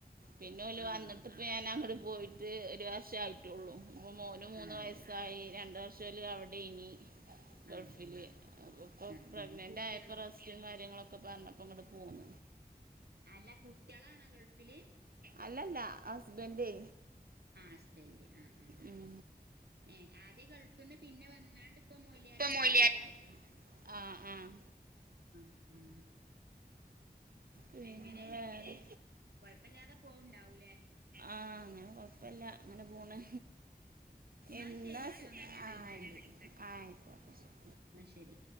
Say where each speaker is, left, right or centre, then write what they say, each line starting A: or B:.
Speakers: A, on the right (about 65°); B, on the right (about 80°).
A: പിന്നെ ഓല്
B: ആഹ്
A: വന്നിട്ട് ഇപ്പോ ഞാൻ അങ്ങോടെ പോയിട്ട് ഒരു വർഷം ആയിട്ടുള്ളൂ മോനും മൂന്ന്
B: ആഹ്
A: വയസ്സായി
B: അതെ
A: രണ്ട് വർഷം ഓര് അവിടെ ഏനി. ഗൾഫില്
B: ആഹ്
A: അപ്പൊ ഇപ്പൊ
B: ആഹ്
A: പ്രഗ്നന്റ്
B: കുട്ടികളോ
A: ആയപ്പോ റസ്റ്റും കാര്യങ്ങളൊക്കെ പറഞ്ഞപ്പ ഇങ്ങട്. ഉം.
B: അല്ല കുട്ട്യാളാണോ ഗൾഫില്?
A: അല്ലല്ല ഹസ്ബൻഡേ.
B: ആ ഹസ്ബൻഡ് ആഹ് ആഹ്
A: ഉം
B: ഏ ആദ്യ ഗൾഫിന്ന് പിന്നെ വന്നാണ്ട്. ഇപ്പൊ മൊയിലിയാരായി
A: ഇപ്പൊ മൊയിലിയാ
B: കേയറിയതാ?
A: ആഹ് ആഹ്
B: ആഹാ.
A: പിന്നെ
B: എങ്ങനെ ഇന്നിട്ട്?
A: വേറെ
B: കൊഴപ്പില്ലാതെ പോവണ്ടാവൂലേ?
A: ആഹ് അങ്ങനെ കൊഴപ്പല്ല അങ്ങനെ പോണ്.
B: എന്നാ
A: എന്താ
B: ശരിട്ടോ എന്നാ ഞാൻ വിളിക്കണ്ട്
A: ആഹ് അയിക്കോട്ടെ
B: എന്നാ ശരി